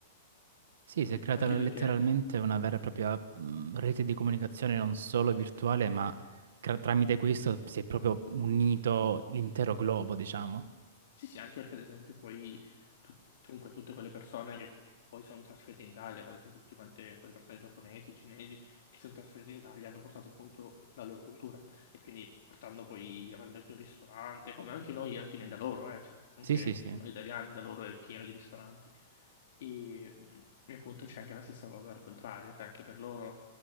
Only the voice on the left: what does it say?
anche
perché
Sì, sì, anche perché ad esempio poi tut- comunque tutte quelle persone che poi sono trasferite in Italia, come ad esempio tutte quante quelle persone giapponesi, cinesi che sono trasferite in Italia hanno portato appunto la loro cultura e quindi portando poi a prendersi un ristorante, come anche noi alla fine da loro, eh, cioè, anche
noi italiani da loro è pieno di ristoranti. E, mm, e appunto c'è anche la stessa cosa al contrario, cioè anche per loro